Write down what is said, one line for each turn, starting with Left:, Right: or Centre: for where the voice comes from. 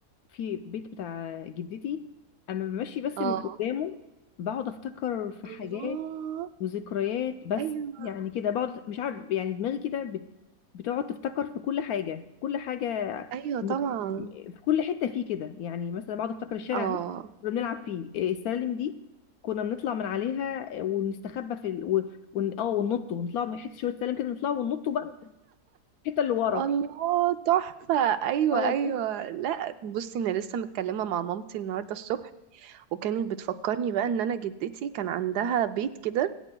Left: في بيت بتاع جدتي اما بمشي بس
Right: اه
Left: من قدامه بقعد افتكر في
Right: الله
Left: حاجات وذكريات بس
Right: ايوه
Left: يعني كده بقعد مش عارف يعني دماغي كده بت... بتقعد تفتكر في كل حاجه كل حاجه
Right: ايوه
Left: م-
Right: طبعا
Left: في كل حته فيه كده يعني مثلا بقعد افتكر الشارع
Right: اه
Left: ده كنا بنلعب فيه إيه، السلالم دي كنا بنطلع من عليها آه، ونستخبى في ال... و... ون... اه وننط ونطلع من حته شويه سلالم كده نطلع وننط بقى الحته اللي ورا
Right: الله تحفة ايوه
Left: اه والله
Right: ايوه لا بصي انا لسه متكلمة مع مامتي النهاردة الصبح وكانت بتفكرني بقى ان انا جدتي كان عندها بيت كده